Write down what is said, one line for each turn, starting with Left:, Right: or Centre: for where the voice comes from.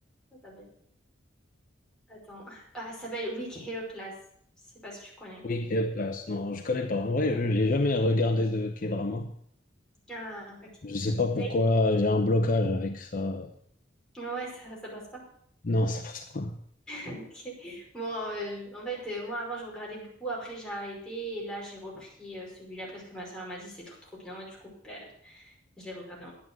Centre: comment ça s'appelle? Attends. Ah, ça s'appelle Weak Hero Class. Je sais pas si tu connais.
Left: Oui, quelle place. Non, je connais pas. En vrai, je n'ai jamais regardé de K-drama.
Centre: Ah, ok.
Left: Je sais pas pourquoi
Centre: Ouais,
Left: j'ai un blocage avec ça.
Centre: ouais, ça, ça passe pas. <laughs>
Left: Non, ça passe pas.
Centre: Ok. Bon, euh, en fait, euh, moi, avant, je regardais beaucoup. Après, j'ai arrêté et là, j'ai repris euh, celui-là parce que ma soeur m'a dit c'est trop, trop bien. Et du coup, ben, je l'ai regardé